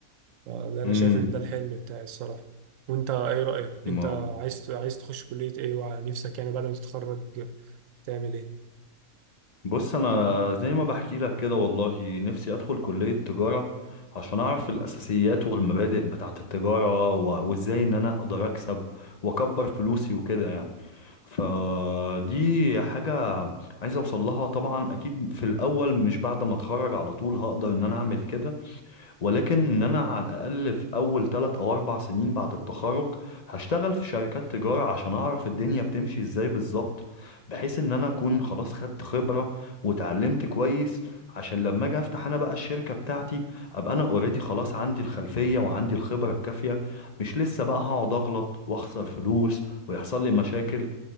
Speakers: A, on the right; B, on the left.
A: فده انا
B: امم
A: شايف ان ده الحلم بتاعي الصراحه وانت ايه رايك
B: ما
A: انت عايز عايز تخش كليه ايه ونفسك يعني بعد ما تتخرج تعمل ايه
B: بص انا زي ما بحكي لك كده والله نفسي ادخل كلية تجارة عشان اعرف الاساسيات والمبادئ بتاعت التجارة و- وازاي ان انا اقدر اكسب واكبر فلوسي وكده يعني فدي حاجة عايز اوصل لها طبعا اكيد في الاول مش بعد ما اتخرج على طول هقدر ان انا اعمل كده ولكن ان انا على الاقل في اول ثلاث او اربع سنين بعد التخرج هشتغل في شركات تجارة عشان اعرف الدنيا بتمشي ازاي بالظبط بحيث ان انا اكون خلاص خدت خبرة وتعلمت كويس عشان لما اجي افتح انا بقى الشركة بتاعتي ابقى انا اوريدي خلاص عندي الخلفية وعندي الخبرة الكافية مش لسه بقى هقعد اغلط واخسر فلوس ويحصل لي مشاكل